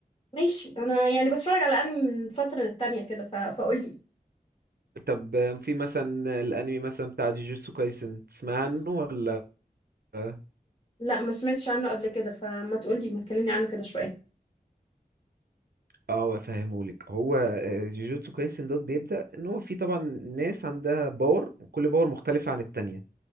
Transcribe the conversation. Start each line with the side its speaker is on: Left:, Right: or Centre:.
Left: ماشي انا يعني بتفرج على انمي من فتره للتانيه كده ف... فقول لي
Right: طب آه، في مثلا الانمي مثلا بتاع جوجوتسو كايسن تسمع عنه ولا اه
Left: لا ما سمعتش عنه قبل كده فما تقولي ما تكلمني عنه كده شوية
Right: هو افهمهولك هو آه، جوجوتسو كايسن دوت بيبدأ ان هو في طبعا ناس عندها باور وكل باور مختلفه عن التانية